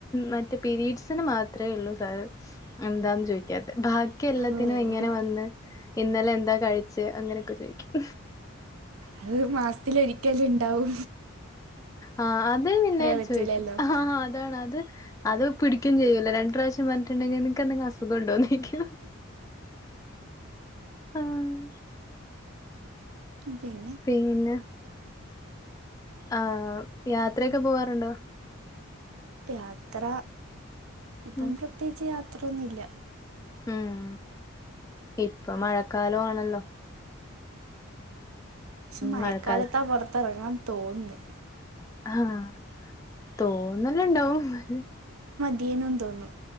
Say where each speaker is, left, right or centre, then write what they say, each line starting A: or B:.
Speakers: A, on the left; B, on the right.
A: മറ്റേ പിരീഡ്സിന് മാത്രേ ഉള്ളൂ സാറ് എന്താന്ന് ചോയിക്കാത്തെ ബാ ക്കി എല്ലത്തിനും
B: ഓ
A: ഇങ്ങനെ വന്ന് ഇന്നലെ എന്താ കഴിച്ച് അങ്ങനെയൊക്കെ ചോയിക്കും.
B: അത് മാസത്തില് ഒരിക്കല്ലെ ഇണ്ടാവു
A: ആ അത് പിന്നെ
B: പറ്റൂലല്ലോ
A: ചോയിക്കും ആ അതാണ് അത് അത് അത് പിടിക്കേം ചെയ്യുല്ലോ രണ്ട് പ്രാവശ്യം പറഞ്ഞിട്ടുണ്ടെങ്കി നിങ്ങക്കെന്തങ്കി അസു സുഖം ഉണ്ടോന്ന് ചോയ്ക്കും. ആഹ്
B: <unintelligible>
A: പിന്നെ ആ യാത്ര ഒക്കെ പോവാറുണ്ടോ?
B: യാത്ര ഇപ്പം
A: ഉം
B: പ്രത്യേകിച്ച് യാ ത്രൊന്നുല്ല
A: ഉം ഇപ്പം മഴ കാലോണല്ലോ
B: ക്ഷെ മഴക്കാലത്താ
A: മഴക്കാലത്ത്
B: പൊറത്തെറങ്ങാൻ തോന്നുന്നെ
A: ആഹ് തോന്നല് ണ്ടാവും ഹ്
B: യീനും തോന്നും